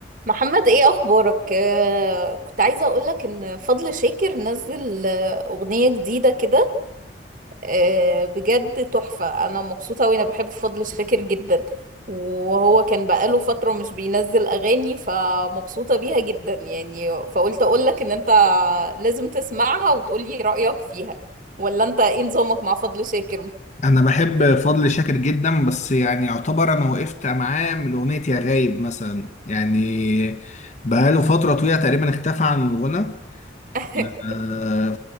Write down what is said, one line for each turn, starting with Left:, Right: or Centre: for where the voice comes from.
Right: محمد ايه اخبارك آه كنت عايزه اقولك ان فضل شاكر نزل آه اغنيه جديده كده آه بجد تحفه انا مبسوطه وانا بحب فضل شاكر جدا وهو كان بقاله فتره مش بينزل اغاني فمبسوطه بيها جدا يعني فقلت اقولك ان انت لازم تسمعها وتقولي رايك فيها ولا انت ايه نظامك مع فضل شاكر
Left: انا بحب فضل شاكر جدا بس يعني يعتبر انا وقفت معاه من اغنيه يا غايب مثلا يعني بقاله فتره طويله تقريبا اختفى عن الغنى
Right: <laughs>
Left: آه،